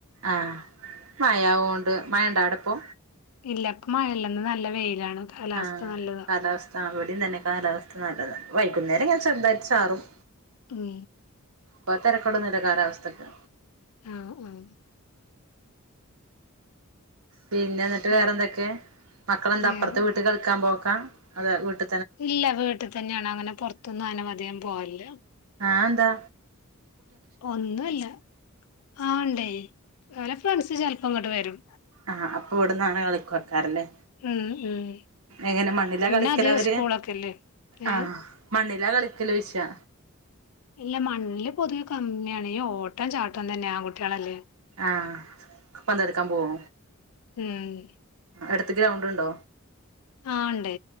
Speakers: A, on the right (about 75°); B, on the left (about 80°).
A: ആഹ് മയാവോൺണ്ട് മയണ്ടാ ആ- ടപ്പോ?
B: ഇല്ല പ്പ മഴല്ലന്ന് നല്ല വെയിലാണ് കാലാവസ്ഥ
A: ആഹ്
B: നല്ലതാ
A: കാലാവസ്ഥ അവിടെം ദ്ന്നെ കാലാവസ്ഥ നല്ലത് വൈകുന്നേരങ്ങനെ ചെറുതായിട്ട് ചാറും
B: ഉം
A: പ്പതരക്കെടൊന്നുല്ല കാലാവസ്ഥക്ക്
B: ആഹ് ആഹ്
A: പിന്നെന്ന്ട്ട്
B: പിന്നെ
A: വേറെന്തെക്കേ മക്കളെന്താ
B: വേറെന്താ
A: അപ്പുറത്ത് വീട്ട്ക്ക്‌ കളിക്കാൻ പോക്കാ? അധെ വീട്ട്
B: ഇല്ല വീട്ട്തന്യാണ് അങ്ങനെ പുറത്തൊന്നും അന അധിയം പോവല്യ
A: ആന്താ
B: ഒന്നുംല്ല ആണ്ടേ അലെ ഫ്രണ്ട്സ് ചെലപ്പോ ഇങ്ങട്ട് വരും
A: ആഹ് അപ്പൊ വ്ട്ന്നണ് കളിക്ക ക്കറല്ലേ
B: ഉം ഉം
A: എങ്ങനെ മണ്ണിലാ
B: പിന്നെ
A: കളിക്കല്
B: അധികം
A: അവര്
B: സ്കൂളൊക്കെല്ലേ ഏഹ്
A: ആഹ് മണ്ണിലാ കളിക്കലോയിചാ?
B: ഇല്ല മണ്ല് പൊതുവെ കമ്മിയാണ് ഓട്ടം ചാട്ടം തന്നെയാ ആങ്കുട്യേളല്ലേ
A: ആഹ്പ്പം തെരക്കാംപോവോ?
B: ഉംമ്
A: അടുത്ത് ഗ്രൗണ്ട്ണ്ടോ?
B: ആണ്ട്